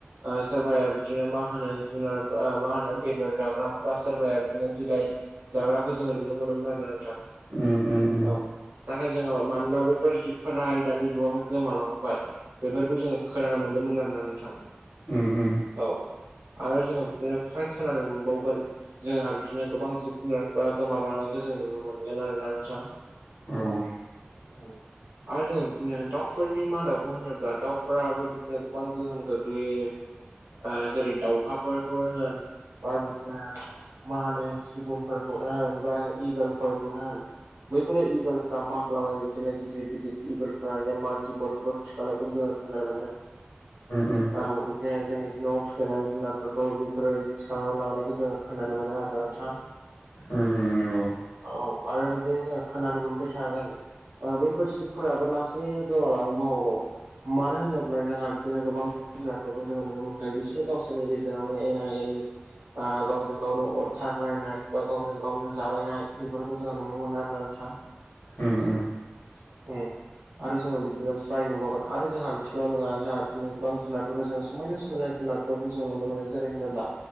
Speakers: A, on the right; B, on the left.
A: ओ सोरबाया बिदिनो मा होनो जुनार मा होनो बे जाग्रा बा सोरबाया बिदिनो बिलाइ जाग्राखौ जोंङो नुनो मोनोमोन आरोना नोंथां।
B: उम-उम
A: औ नाथाय जोंङो मानोना बैफोर जिबफोराहाय दानि जुगावहाय गोमालांबाय। बेफोरखौ जोंङो खोनानो मोनदोंमोन आरोना नोंथां।
B: उम उम
A: औ आरो जोंङो बिदिनो फ्राइ खोनानो मोनबावगोन जोंहा बिदिनो गोबां जिब जुनारफ्रा गोमालांनायखौ जोंङो नुनो मोनगोन आरो ना नोंथां।
B: औ
A: आरो जोंङो बिदिनो दाउफोरनि मादावबो होनोब्ला दाउफोराबो बिदिनो गोबां गोहोम गोग्लैयो। ओ जेरै दाउखाफोरखौ होन बा बिदिनो मा होनो सिगुनफोरखौनो होन बा इंगोलफोरखौनो होन? बैफोरो इंगलफ्रा मा खालामो बिदिनो गिदिर गिदिर इगलफ्रा जे मानसि गथ'फोर थिखांनायखौबो जोंङो खोनानो मोनदों।
B: उम
A: औ जे जोंनि न'आव फिजानाय जुनारफोरखौ बेफोरो थिखांनानै लांनायखौ जोंङो खोनानो मोनो आरोना नोंथां।
B: उम नंगौ
A: औ आरो बिदिनो जोंङो खोनानो मोनबाय थागोन। ओ बैफोर जिबफोराबो लासैनो गोमालांनोबो हागौ। मानो होनोब्ला जोंहा बिदिनो गोबां जुनारफोरखौ जोंङो नुनो मोनखायो बिसोरो गावसोरनि गेजेरावनो एना-एनि गावजों गावनो अरथारलनायनाय बा गावजों गावनो जालायनाय बेफोरखौ जोंङो नुनो मोनो आरो ना नोंथां
B: उम उम
A: उम आरो जोंङो बिदिनो फ्राय नुबावगोन आरो जोंहा बिदिल' नंङा जोंहा बिदिनो गोबां जुनारफोरखौ जोंङो समायना-समायना जुनार। जों नुनो मोनो जेरै होनोब्ला